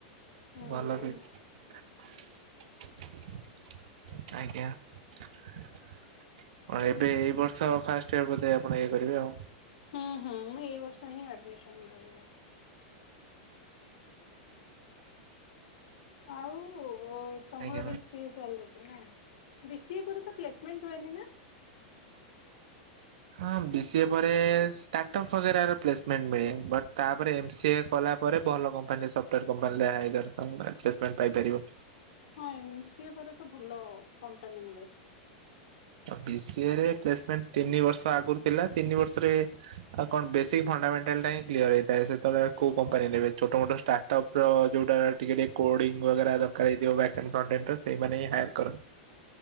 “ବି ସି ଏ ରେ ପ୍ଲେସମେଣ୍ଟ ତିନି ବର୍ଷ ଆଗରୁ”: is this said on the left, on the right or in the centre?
Right